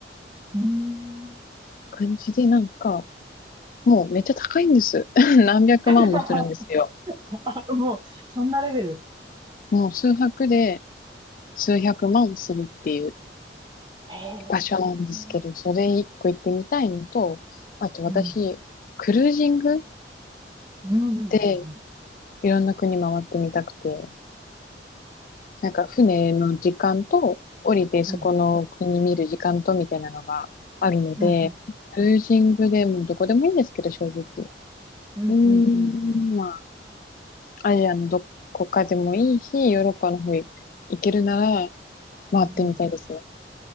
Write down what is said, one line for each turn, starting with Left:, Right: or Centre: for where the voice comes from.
Right: ーん
Left: 感じで、なんか、もうめっちゃ高いんです。<laughs> 何百万もするんですよ。
Right: <laughs> もう、そんなレベル。
Left: もう数泊で数百万するっていう
Right: へえ。
Left: 場所なんですけど、
Right: うん。
Left: それ一個行ってみたいのと、あと私、
Right: うん、
Left: クルージング
Right: うん、うん、うん。
Left: でいろんな国回ってみたくて、なんか船の時間と降りてそこの国見る時間とみたいなのがあるので、
Right: え、うん、うん、うん、
Left: クルージングでもどこでもいいんですけど、正直。
Right: うん、
Left: うーん、
Right: うん、うん、うん、
Left: まあ、アジアのどこかでもいいし、ヨーロッパの方行けるなら、回ってみたいですね。
Right: うん、うん、うん、